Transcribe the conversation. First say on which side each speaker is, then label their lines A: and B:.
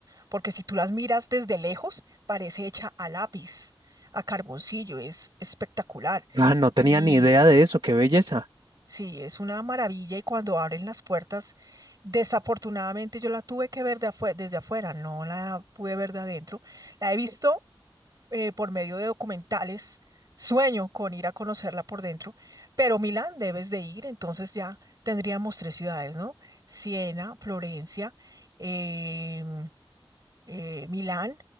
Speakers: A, on the right; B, on the right.
A: porque si tú las miras desde lejos, parece hecha a lápiz, a carboncillo, es espectacular.
B: Ah, no tenía
A: Y
B: ni idea de eso, qué belleza.
A: sí, es una maravilla y cuando abren las puertas, desafortunadamente yo la tuve que ver de afue- desde afuera, no la pude ver de adentro. La he visto eh, por medio de documentales. Sueño con ir a conocerla por dentro, pero Milán debes de ir, entonces ya tendríamos tres ciudades, ¿no? Siena, Florencia, em, eh, Milán